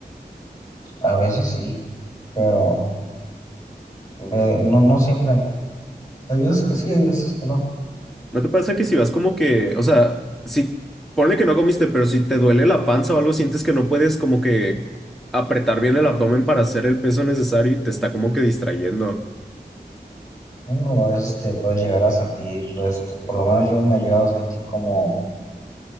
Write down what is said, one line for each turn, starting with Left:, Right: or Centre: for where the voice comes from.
Left: A veces sí, pero eh, no, no siempre. Hay veces que sí, hay veces que no.
Centre: ¿No te pasa que si vas como que, o sea, si ponle que no comiste, pero si te duele la panza o algo, sientes que no puedes como que apretar bien el abdomen para hacer el peso necesario y te está como que distrayendo?
Left: Uno a veces te puedes llegar a sentir, este, por lo menos yo me he llegado a sentir como